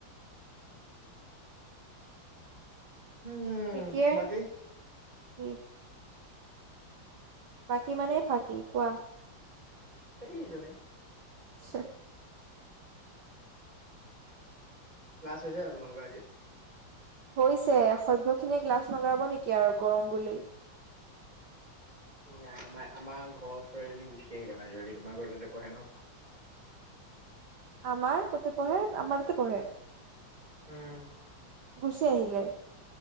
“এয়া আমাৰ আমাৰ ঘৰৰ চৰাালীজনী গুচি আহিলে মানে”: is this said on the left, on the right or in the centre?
Right